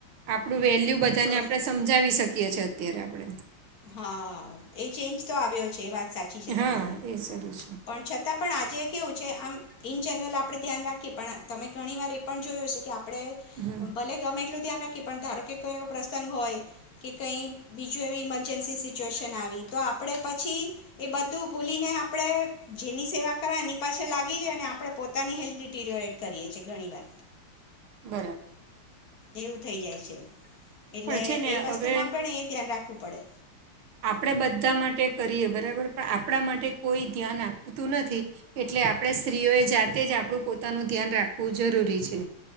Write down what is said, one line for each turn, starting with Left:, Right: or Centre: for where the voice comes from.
Right: આપડું વેલ્યુ બધા
Left: થોડો
Right: ને આપણે સમજાવી શકીએ છીએ અત્યારે આપણે.
Left: હા એ ચેન્જ તો આવ્યો છે એ વાત સાચી છે,
Right: હા
Left: તમારી
Right: એ સારું છે
Left: પણ છતાં પણ આજે કેવું છે આમ ઇન જનરલ આપડે ધ્યાન રાખીએ પણ તમે ઘણી વાર એ પણ જોયો છે, કે આપ આપડે
Right: હમ
Left: ભલે ગમે એટલું ધ્યાન રાખીએ પણ ધારો કઈ એવો પ્રસંગ હોય, કે કઈ બીજું એવી મ જન્સી સિચ્યુએશન આવી તો આપડે પછી, એ બધું ભૂલીને આપડે જેની સેવા કર એની પાછ લાગી જઈએ ને આપડે પોતાની હેલ્થ કરીએ છીએ ઘણી વાર.
Right: બરાબર
Left: એવું થઇ જાય છે. એટલે
Right: પણ છે ને
Left: એ વસ્તુમાં
Right: હવે,
Left: પણ એ ધ્યાન રાખવું પડે
Right: આપણેે બધા માટે કરીએ બરાબર પણ આપ આપણા માટે કોઈ ધ્યાન આપતું નથી, એટલે આપણે સ્ત્રીઓએ જાતે જ આપણું પોતાનું ધ્યાન રાખવું જરૂરી છે.